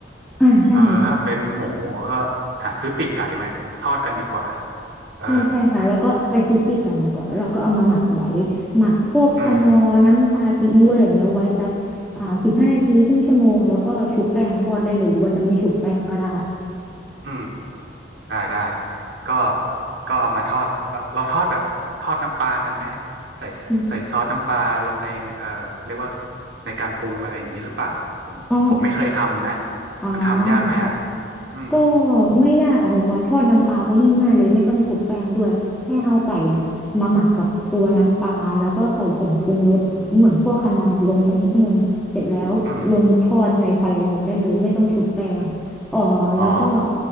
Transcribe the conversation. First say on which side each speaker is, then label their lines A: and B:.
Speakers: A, in the centre; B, on the right (about 65°).
A: อ่าใช่
B: เออถ้าเป็นหมูก็หาซื้อปีกไก่มาทอดกันดีกว่าเออ
A: ใช่ใช่ค่ะแล้วก็ไปซื้อปีกไก่มาก่อนแล้วเราก็เอามาหมักไว้หมักพวกคะนอร์น้ำตาซีอิ๊วอะไรเงี้ยไว้สักอ่าสิบห้านาทีครึ่งชั่วโมงแล้วก็ชุบแป้งทอดได้เลยหรือว่าจะไม่ชุบแป้งก็ได้
B: อืม อืมได้ได้ก็ก็เอามาทอดแบบเราทอดแบบทอดน้ำปลากันไหมใส่ใส่ซอสน้ำปลาลงในเอ่อเรียกว่า
A: อม
B: ในการปรุงอะไรอย่างนี้หรือเปล่าผมผมไม่เคยทำนะ
A: อ๋ออ๋อ
B: มันทำยากไหมอ่ะอืม
A: ก็ไม่ยากค่ะคุณปอนทอดน้ำปลาก็ยิ่งง่ายเลยไม่ต้องชุบแป้งด้วยแค่เอาไก่เนี่ยมาหมักกับตัวน้ำปลาแล้วก็ใส่ผงปรุงรสเหมือนพวกคานอนนะลงไปนิดนึงเสร็จแล้วลงทอดในไฟแรงได้เลยไม่ต้องชุบแป้งเอ่อแล้วก็
B: อืมอ๋อ